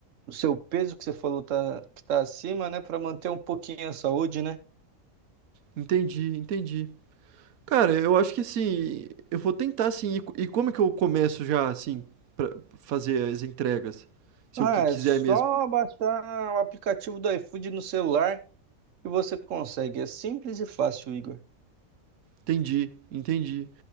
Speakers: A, on the right (about 65°); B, on the right (about 85°).
A: do seu peso que você falou tá, que tá acima, né? Para manter um pouquinho a saúde, né?
B: Entendi, entendi. Cara, eu acho que assim, eu vou tentar assim. E, co- e como é que eu começo já, assim, pra fazer as entregas? Se
A: Ah,
B: eu qui- quiser
A: é só
B: mesmo.
A: baixar o aplicativo do iFood no celular e você consegue. É simples e fácil, Igor.
B: Entendi, entendi.